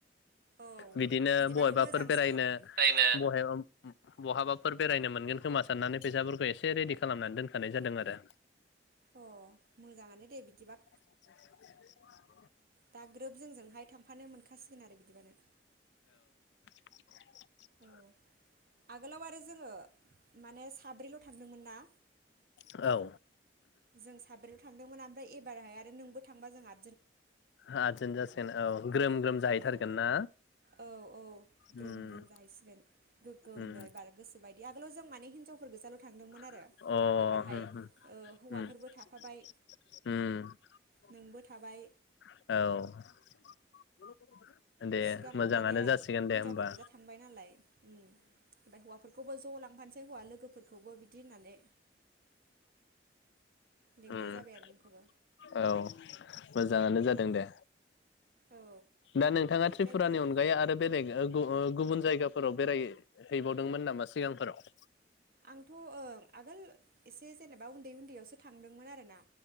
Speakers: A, on the right; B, on the left.
A: औ
B: बिदिनो
A: बिदिबाथ'
B: बहेबाफोर
A: मोजांसो
B: बेरायनो
A: जायनो
B: बहेबम बहाबा। फोर बेरायनो मोनगोन खोमा साननानै फैसाफोर। खौ एसे रेडि खालामनानै दोनखानाय जादों आरो।
A: अ मोजाङानो दे बिदिबा।
B: <unintelligible>
A: दा ग्रोब जोंजोंहाय थांफानो मोनखासिगोन आरो बिदिबानो।
B: <unintelligible>
A: औ आगोलाव आरो जोङो माने साब्रैल' थांदोंमोन ना।
B: औ।
A: जों साब्रै। थांदोंमोन ओमफ्राय एबारहाय आरो नोंबो थांबा जोंहा।
B: हाजोन जासिगोन औ ग्रोम ग्रोम जाहैथारगोन
A: औ
B: ना
A: औ औ
B: उम
A: ग्रोम ग्रोम जाहैसिगोन गोगोमनो
B: उम
A: एबार गोसोबायदि आगोलाव जों माने हिनजावफोर गोजाल'
B: अ
A: थांदोंमोन आरो एबारहाय
B: उम
A: ओ हौवाफोरबो
B: उम
A: थाफाबाय
B: उम
A: नोंबो थाबाय
B: उम। औ। दे
A: सिगाङाव
B: मोजाङानो
A: माने
B: जासिगोन
A: हिनजावफोर
B: दे होमबा
A: गोजा थांबाय नालाय उम ओमफ्राय हौवा फोरफोरखौबो ज' लांफानोसै हौवा लोगोफोरखौबो बिदि होननानै लिंनाय
B: उम
A: जाबाय आरो नोंखौबो
B: औ मो जाङानो जादों दे।
A: औ
B: दा नोंथाङा त्रिपुरानि
A: जायखिया
B: अनगायै आरो बेलेग ओ गु ओ गुबुन जायगाफोराव बेराय हैैबावदोंमोन नामा सिगांफोराव?
A: आंथ' ओं आगोल एसे जेनेबा उन्दै उन्दैयावसो थांदोंमोन आरोना।